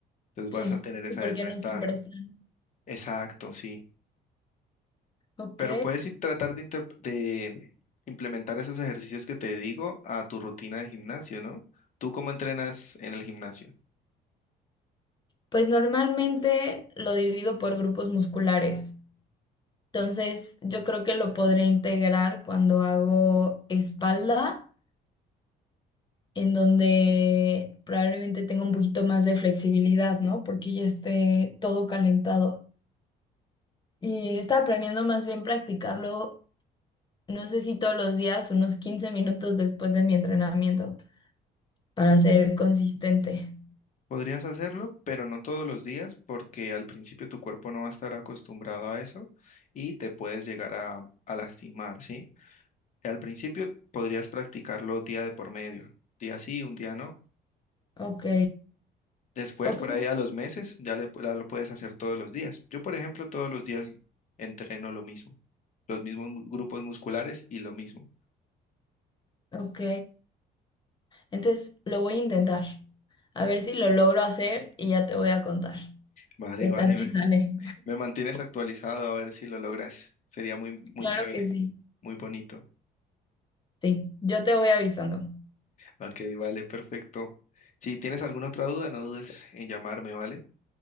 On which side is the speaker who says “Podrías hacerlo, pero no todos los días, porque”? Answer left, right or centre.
Left